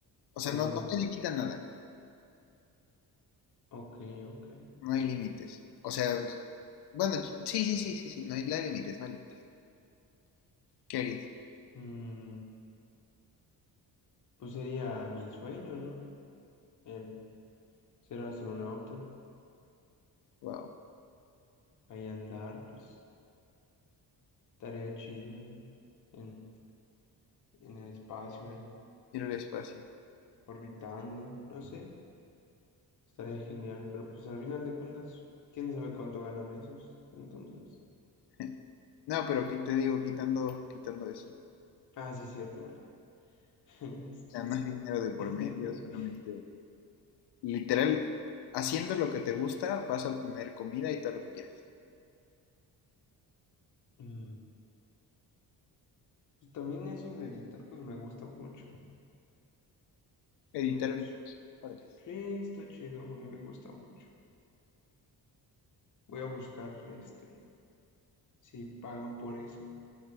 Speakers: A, on the left; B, on the left.
A: O
B: Por
A: sea, no,
B: ejemplo,
A: no te limita nada,
B: ok, ok.
A: no hay límites. O sea, bueno, sí, sí, sí, sí, sí, no hay, no hay límites, no hay límites. ¿Qué harías?
B: Mm, pues sería mi sueño, ¿no? El ser astronauta,
A: Wow,
B: ahí andar, pues estaría chido ahí en, en el espacio, ahí
A: ir al espacio.
B: orbitando, no sé. Estaría genial, pero pues al final de cuentas, quién sabe cuánto ganan esos. Entonces,
A: <laughs> No, pero qui- te digo, quitando, quitando eso.
B: ah, sí, cierto, ¿verdad? <laughs> Este,
A: O sea, no hay dinero de por
B: <laughs>
A: medio, solamente literal, haciendo lo que te gusta, vas a obtener comida y todo lo que quieras.
B: mm, pues también eso de editar, pues me gusta mucho.
A: Editar
B: Entonces,
A: videos, órale.
B: sí, está chido, a mí me gusta mucho. Voy a buscar, este, si pagan por eso,